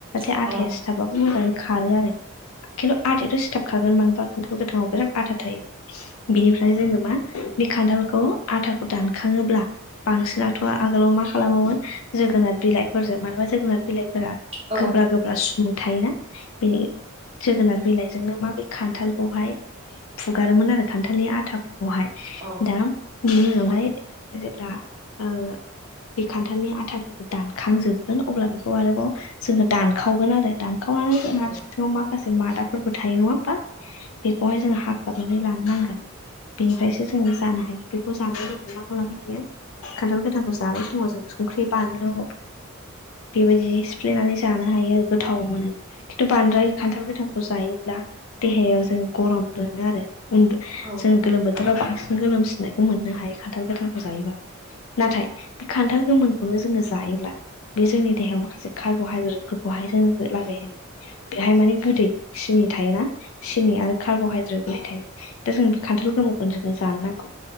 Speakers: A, on the left; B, on the right.
A: जाहाथे
B: औ
A: आाइया सिथाबोजां। खारो आरो खिन्थु आदाथ' सिथाब खागोन मानोबा खिथाल गोथाङाव बिराद आथा थायो। बेनिफ्राय जोङो मा बे खान्थालखौ आथाखौ दानखाङोब्ला। बांसिनाथ' आगोलाव मा खालामोमोन जोगोनाथ बिलाइफोरजों मानोबा। जोगोनार बिलाइफोरा
B: औ
A: गोब्रा
B: औ
A: गोब्रा सोमु थायोना। बे जोगोनार बिलाइजोंनो मा खान्थालखौहाय फुगारोमोन आरो खान्थालनि आथाफोरखौहाय
B: औ औ
A: दा। बि माबाय आ बे खान्थालनि आथाफोरखौ दानखांजोबगोन अब्ला बेखौ आरोबाव। जोङो दानखावगोन आरो दानखावनानै। जोंहा सिङाव
B: औ
A: माखासे मादाफोरबो थायो नङा होमबा बेखौहाय जोङ हाख्लाबनानै लानो नांगोन। बिनिफ्रायसो जोङो जानो हायो बेखौ जानाय जोंहा मा खालामनो हायो। खान्थाल गोथांखौ जानाय समाव जों संख्रि, बानलु बेबायदि सिफ्लेनानै जानो हायो गोथाव मोनो। खिन्थु बांद्राय खान्थाल गोथांखौ जायोब्ला देहायाव जों गरम मोनङो आरो उम।
B: औ
A: जों गोलोम बोथोराव बांसिन गोलोमसिननायखौ मोननो हायो खान्थाल गोथालखौ जायोबा। नाथाय बे खान्थाल गोमोनखौनो जोङो जायोब्ला। बे जोंनि देहायाव माखासे कार्हाइद्रेट फोरफोरखौहाय जोंनो लागायहायो। बेहाय माने गोदै सिनि थायोना सिनि आरो कार्ब'हाइद्रेट बेहाय थायो। दा जों बे खान्थाल गोमौखौनो जोङो जानो नांगौ।